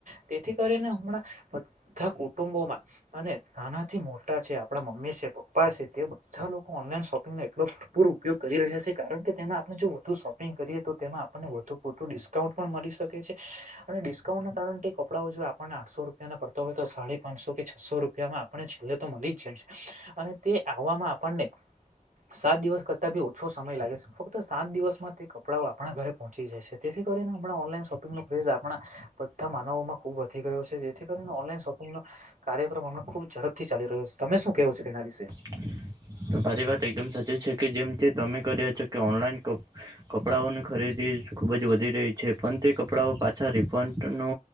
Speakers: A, on the right (about 70°); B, on the right (about 25°).
A: તે થી કરીને હમણાં બધા કુટુંબોમાં અને નાનાથી મોટા છે આપણા મમ્મી છે પાપ પાસે તે બધા લોકો ઓનલાઈન શોપિંગનો એટલો ભરપૂર ઉપયોગ કરી રહ્યા છે કારણ કે તેમાં આપણે જો વધુ શોપિંગ પિંગ કરીએ તો તેમાં આપણને વધુ પુરતો ડિસ્કાઉન્ટ પણ મળી શકે છે અને ડિસ્કાઉન્ટ ના કારણે તે એક કપડાઓ જો આપણને આઠસો રૂપિયાના પડતા હોય તો સાડા પાંચસો કે છસો રૂપિયામાં આપણે છેલ્લે તો મળી જ જાય છે. અને તે આવવામાં આપણને સાત દિવસ કરતાં બી ઓછો સમય લાગે છે ફક્ત સાત દિવસમાં તે કપડાંઓ આપણા ઘરે પહોંચી જાય છે તેથી કરી આપણા ઓનલાઈન શોપિંગ નો ક્રેઝ આપણા બધા માનવો માં ખુબ વધી ગયો છે જેથી કરીને ઓનલાઈન શોપિંગ માં કાર્યક્રમ ખુબ ઝડપથી ચાલી રહ્યો છે તમે શું કેવું છે તેના <unintelligible>
B: <inaudible> તમારી વાત એકદમ સાચી છે કે જેમથી તમે કર્યા છો કે ઓનલાઈન કપ કપડાઓની ખરીદી તે જ ખૂબ જ વધી રહી છે પણ તે કપડાઓ પાછા રિફંડ નો